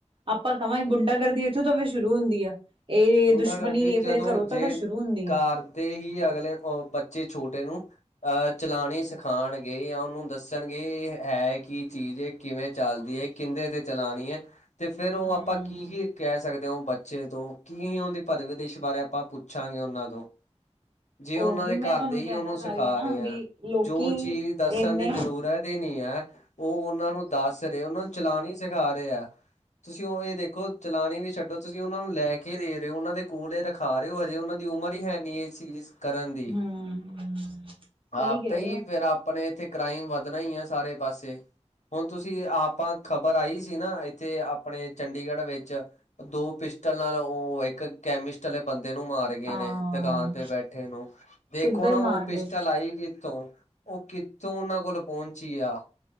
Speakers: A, on the right; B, on the left.
A: ਆਪਾਂ ਕਵਾਂ ਗੁੰਡਾਗਰਦੀ ਇੱਥੋਂ ਤੋਂ ਫ਼ੇਰ ਸ਼ੁਰੂ ਹੁੰਦੀ ਆ। ਇਹ
B: ਗੁੰਡਾਗਰਦੀ
A: ਦੁਸ਼ਮਣੀ ਇਹ
B: ਜਦੋਂ
A: ਫੇਰ ਘਰੋਂ
B: ਜੇ,
A: ਤਾਂ ਤਾਂ ਸ਼ੁਰੂ ਹੁੰਦੀ
B: ਕਾਰਦੇ
A: ਆ
B: ਹੀ ਅਗਲੇ ਉਹ ਬੱਚੇ ਛੋਟੇ ਨੂੰ ਅ ਚਲਾਣੀ ਸਿਖਾਣਗੇ ਯਾਂ ਉਹਨੂੰ ਦੱਸਣਗੇ ਇਹ ਹੈ ਕੀ ਚੀਜ਼ ਏ ਕਿਵੇਂ ਚੱਲਦੀ ਏ। ਕਿਹੰਦੇ ਤੇ ਚਲਾਨੀ ਹੈ ਤੇ ਫੇਰ ਉਹ
A: ਹਮ
B: ਆਪਾਂ ਕੀ-ਕੀ ਕਹਿ ਸਕਦੇ ਆਂ ਉਹ ਬੱਚੇ ਤੋਂ ਕੀ ਉਹਂਦੀ ਪਰਵਰਿਸ਼ ਬਾਰੇ ਆਪਾਂ ਪੁੱਛਾਂਗੇ ਉਹਨਾਂ ਤੋਂ। ਜੇ ਉਹਨਾਂ
A: ਉਹੀ
B: ਦੇ
A: ਮੈਂ
B: ਘਰਦੇ
A: ਤੁਹਾਨੂੰ
B: ਹੀ
A: ਕਹਿਣਾ
B: ਉਹਨੂੰ
A: ਚਾਹ
B: ਸਿਖਾ
A: ਰਹੀ ਹਾਂ
B: ਰਹੇ
A: ਨਾ
B: ਐ,
A: ਵੀ ਲੋਕੀ
B: ਜੋ ਚੀਜ਼ ਦੱਸਨ
A: ਇੰਨੇ
B: ਦੀ ਜ਼ਰੂਰਤ ਤੇ ਨੀ ਹੈ, ਉਹ ਉਹਨਾਂ ਨੂੰ ਦੱਸ ਰਹੇ ਉਹਨਾਂ ਨੂੰ ਚਲਾਨੀ ਸਿਖਾ ਰਹੇ ਹੈ। ਤੁਸੀਂ ਉਹ ਇਹ ਦੇਖੋ ਚਲਾਨੀ ਵੀ ਛੱਡੋ ਤੁਸੀਂ ਉਹਨਾਂ ਨੂੰ ਲੈ ਕੇ ਦੇ ਰਹੇ ਹੋ ਉਹਨਾਂ ਦੇ ਕੋਲ ਇਹ ਰਖਾ ਰਹੇ ਹੋ ਹਜੇ ਉਹਨਾਂ ਦੀ ਉਮਰ ਹੀ ਹੈ ਨੀ ਇਹ ਚੀਜ਼ ਕਰਨ ਦੀ,
A: ਹਮ ਸਹੀ
B: ਆਪੇ
A: ਕਹਿ
B: ਹੀ
A: ਰਹੇ ਹੋ
B: ਫੇਰ ਅਪ ਪਰ ਇੱਥੇ ਕ੍ਰਾਈਮ ਵੱਧਨਾ ਹੀ ਐ ਸਾਰੇ ਪਾਸੇ। ਹੁਨ ਤੁਸੀਂ ਆਪਾਂ ਖ਼ਬਰ ਆਈ ਸੀ ਨਾ ਇੱਥੇ ਆਪਣੇ ਚੰਡੀਗੜ੍ਹ ਵਿੱਚ ਦੋ ਪਿਸਟਲ ਨਾਲ ਉਹ ਇੱਕ ਕੈਮਿਸਟ ਵਾਲੇ ਬੰਦੇ ਨੂੰ ਮਾਰ ਗਏ
A: ਹਾਂ
B: ਨੇ ਦਕਾਨ ਤੇ ਬੈਠੇ ਨੂੰ, ਦੇਖੋ
A: ਸਿੱਧਾ
B: ਨਾ
A: ਹੀ
B: ਉਹ
A: ਮਾਰ
B: ਪਿਸਟਲ
A: ਗਏ
B: ਆਈ ਕਿੱਥੋਂ। ਓ ਕਿੱਤੋ ਉਹਨਾਂ ਕੋਲ ਪਹੁੰਚੀ ਆ।